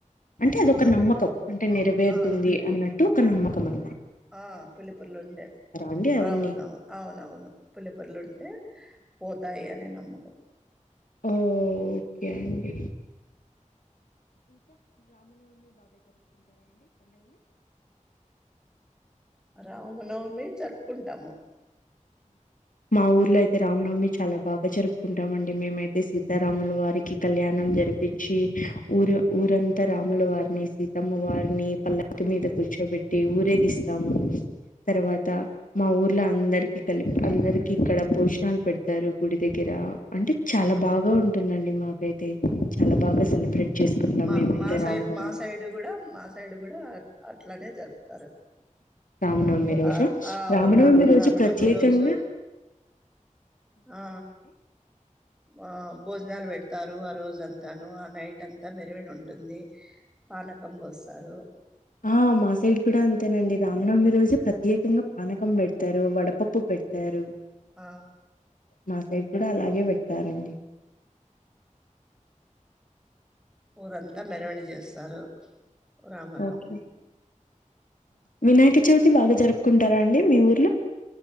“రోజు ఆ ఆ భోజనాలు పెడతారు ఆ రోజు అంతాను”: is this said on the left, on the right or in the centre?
Centre